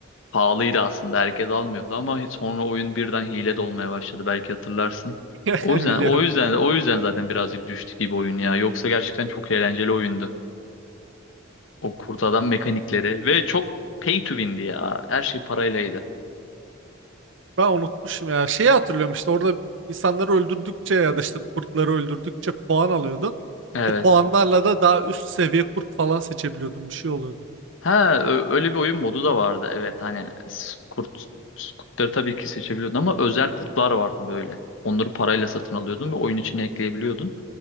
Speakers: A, on the left (about 70°); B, on the right (about 65°).
A: pahalıydı aslında. Herkes almıyordu ama hiç sonra oyun birden hile de olmaya başladı. Belki hatırlarsın.
B: <laughs>
A: O yüzden
B: Biliyorum.
A: o yüzden o yüzden zaten birazcık düştü gibi oyun ya. Yoksa gerçekten çok eğlenceli oyundu. O kurt adam mekanikleri ve çok pay to win'di ya. Her şey paraylaydı.
B: Ben unutmuşum ya. Şeyi hatırlıyorum işte orada insanları öldürdükçe ya da işte kurtları öldürdükçe puan alıyordun.
A: Evet.
B: O puanlarla da daha üst seviye kurt falan seçebiliyordun. Bir şey oluyordu.
A: Ha ö- öyle bir oyun modu da vardı. Evet hani s- kurt s- kurtları tabii ki seçebiliyordun ama özel kurtlar vardı böyle. Onları parayla satın alıyordun ve oyun içine ekleyebiliyordun.